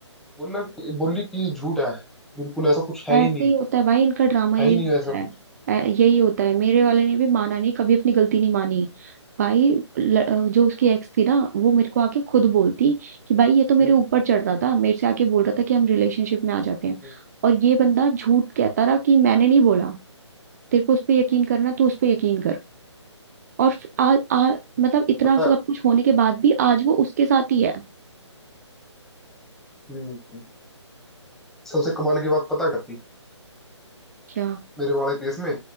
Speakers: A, in the centre; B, on the right.
A: बोला कि- बोली कि झूठ है बिल्कुल ऐसा कुछ है
B: ऐसे
A: ही नहीं
B: ही होता है भाई इनका ड्रामा ये
A: है ही नहीं
B: होता
A: ऐसा
B: है
A: कुछ
B: ऐ- यही होता है मेरे वाले ने भी माना नहीं कभी अपनी गलती नहीं मानी भाई ल- अ, जो उसकी एक्स थी ना वो मेरे को आके खुद बोलती कि भाई ये तो मेरे
A: हम्म,
B: ऊपर चढ़ रहा था मेरे से आके बोल रहा था कि हम रिलेशनशिप में आ जाते हैं
A: हम्म,
B: और ये बंदा झूठ कहता रहा कि मैंने नहीं बोला तेरे को उस पर यकीन करना तो उस पर यकीन कर और फ- आ, आ, मतलब इतना
A: पता
B: सब
A: है
B: कुछ होने के बाद भी आज वो उसके साथ ही है
A: हम्म, सबसे कमाल की बात पता क्या थी
B: क्या
A: मेरे वाले केस में